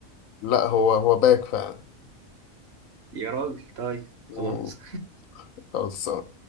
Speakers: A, on the left; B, on the right.
A: لا هو هو باك فعلا
B: يا راجل طيب
A: مم،
B: خلاص
A: خلصان